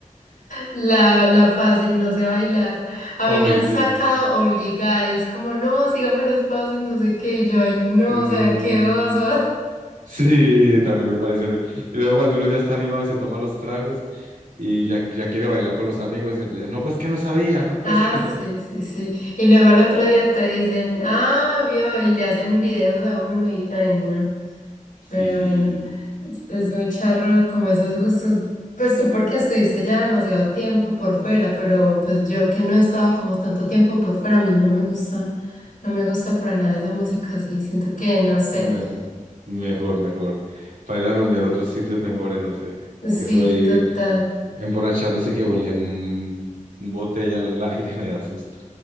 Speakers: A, on the left; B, on the right.
A: La, la fácil, no sé bailar. A
B: Ay,
A: mí me han
B: sí.
A: sacado obligada y es como, no, sígame los pasos, no sé qué, y yo, ay, no,
B: Mm,
A: o sea, qué oso.
B: sí, también me parece horrible. Y luego cuando uno ya está animado y se toma los tragos y ya, ya quiere bailar con los amigos, empiezan, no, pues que no sabía, no, pues
A: Ah,
B: que
A: sí,
B: no sabía.
A: sí, sí. Y luego al otro día te dicen, ah, vio, y le hacen videos a uno y, ay, no.
B: Sí,
A: Pero
B: sí,
A: bueno,
B: sí, sí.
A: es es muy charro como esos gustos. Pues tú porque estuviste ya demasiado tiempo por fuera, pero pues yo que no he estado como tanto tiempo por fuera, a mí no me gusta, no me gusta para nada esa música así. Siento que, no sé.
B: Mejor, mejor, mejor. Para ir a rumbear a otros sitios mejores, no sé.
A: Sí,
B: Eso ahí.
A: total.
B: Emborrachándose que volía en botella al aire <laughs> me da susto.